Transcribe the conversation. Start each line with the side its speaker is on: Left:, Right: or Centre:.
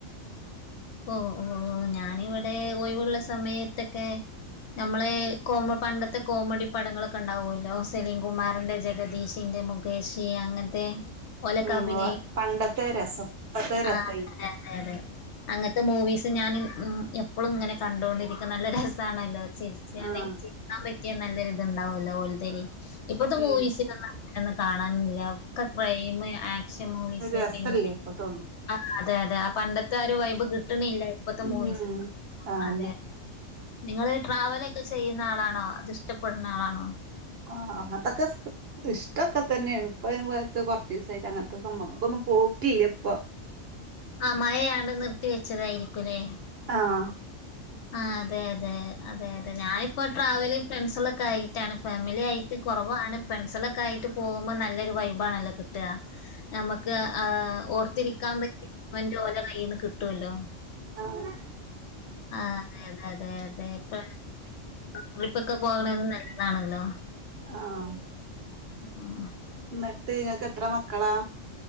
Left: ഓഹ് ഓഹ് ഞാനിവിടെ ഒയിവുള്ള സമയത്തെക്കെ നമ്മള് കോമ പണ്ടത്തെ കോമഡി പടങ്ങളൊക്കെ ഉണ്ടാവുല്ലോ സെലിം കുമാറിന്റെ ജഗദീഷിന്റെ മുഖ ഏശി അങ്ങത്തെ ഒലക്കാപ്പിനെ
Right: ഉം ഉവ്വ് പണ്ടത്തെ രസം ഇപ്പത്തെ രസയി
Left: ആഹ് അതെ അതെ അതെ അങ്ങനത്തെ മൂവീസ് ഞാന് എപ്പോളും ഇങ്ങനെ കണ്ടോണ്ടിരിക്കും നല്ല രസാണെല്ലോ അത് ചരിച്ചണ്ട്
Right: ആഹ്
Left: ചിരിക്കാൻ പറ്റിയാ നല്ലൊ രി ത്ണ്ടാവുംല്ല ഒലത്തേല് ഇപ്പത്തെ
Right: ഉം
Left: മൂവീസിൽ എന്നാ ഒന്ന് കാണാനുല്ല ഒക്കെ ക്രൈം ആക്ഷൻ മൂവീസ്
Right: ഒരു രസല്ല
Left: പിന്നെ
Right: ഇപ്പത്തൊന്നും
Left: ആഹ് അതെ അതെ ആ പണ്ടത്തെ ഒരു വൈബ് കിട്ടണില്ല ഇപ്പത്തെ
Right: ഉം
Left: മൂവീസ്.
Right: ആന്നെ
Left: അതെ നിങ്ങള് ട്രാവലൊക്കെ ചെയ്യുന്ന ആളാണോ? അത് ഇഷ്ടപ്പെടുന്ന ആളാണോ?
Right: ആഹ് അങ്ങത്തക്ക ഇഷ്ടൊക്കെ തന്നെണ് ഇപ്പ കൊറച്ച് ദിവസായിട്ട് അങ്ങനത്തെ സംഭവങ്ങക്കൊന്നും പോക്കില്ല പ്പൊ
Left: ആ മഴയാണ്ട് നിർത്തി വെച്ചതായിരിക്കുലേ?
Right: ആഹ്
Left: ആഹ് അതെ അതെ അതെ അതെ ഞാനിപ്പോ ട്രാവല് ഫ്രണ്ട്സളൊക്കെ ആയിട്ടാണ് ഫാമിലി ആയിട്ട് കുറവാണ്. ഫ്രണ്ട്സളൊക്കെ ആയിട്ട് പോകുമ്പോ നല്ലൊരു വൈബാണല്ലോ കിട്ടാ നമുക്ക് ആഹ് ഓർത്തിരിക്കാൻ പറ്റി <unintelligible> ഓല കയിന്ന് കിട്ടുഅല്ലോ?
Right: ആഹ്
Left: ആഹ് അതെ അതെ അതെ അതെ ഇപ്പ ട്രിപ്പൊക്കെ പോകണത് നല്ലതാണല്ലോ?
Right: ആഹ്
Left: ഉം.
Right: ന്നിട്ട് ഇങ്ങക്ക് എത്ര മക്കളാ?